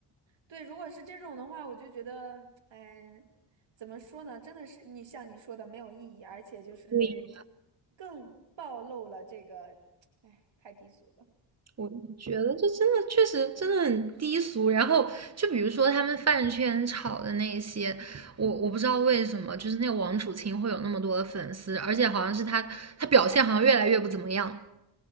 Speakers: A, on the right; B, on the right.
A: 对，如果是这种的话，我就觉得，哎，怎么说呢？真的是你像你说的没有意义，而且就是
B: 对，
A: 更暴露了这个，哎，太低俗了。
B: 我觉得这真的确实真的很低俗。然后就比如说他们饭圈吵的那些，我我不知道为什么，就是那个王楚钦会有那么多的粉丝，而且好像是他他表现好像越来越不怎么样。